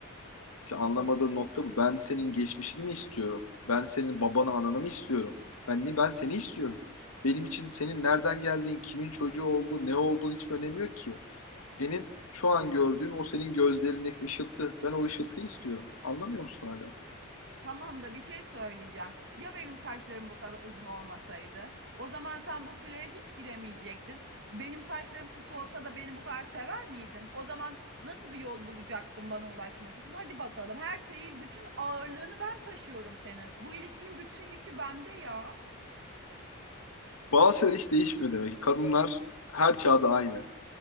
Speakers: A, on the left (about 85°); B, on the right (about 50°).
A: İşte anlamadığın nokta bu. Ben senin geçmişini mi istiyorum? Ben senin babanı ananı mı istiyorum? Ben ni ben seni istiyorum. Benim için senin nereden geldiğin, kimin çocuğu olduğu, ne olduğun hiç önemi yok ki. Benim şu an gördüğüm o senin gözlerindeki ışıltı. Ben o ışıltıyı istiyorum. Anlamıyor musun hala?
B: Tamam da bir şey söyleyeceğim. Ya benim saçlarım bu kadar uzun olmasaydı? O zaman sen bu kuleye hiç giremeyecektin. Benim saçlarım kısa olsa da beni bu kadar sever miydin? O zaman nasıl bir yol bulacaktın bana ulaşmak için? Hadi bakalım. Her şeyi, bütün ağırlığını ben taşıyorum senin. Bu ilişkinin bütün yükü bende ya.
A: Bazı şeyler hiç değişmiyor demek ki. Kadınlar her çağda aynı.